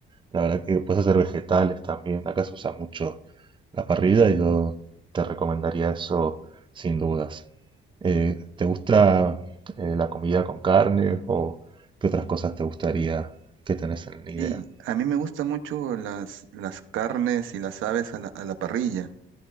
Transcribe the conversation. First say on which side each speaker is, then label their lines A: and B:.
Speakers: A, on the right (about 25°); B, on the right (about 80°).
A: La verdad que puedes hacer vegetales también. Acá se usa mucho la parrilla y yo te recomendaría eso sin dudas. Eh, ¿te gusta eh, la comida con carne o qué otras cosas te gustaría que tenés ni idea.
B: Sí, a mí me gustan mucho las, las carnes y las aves a la, a la parrilla.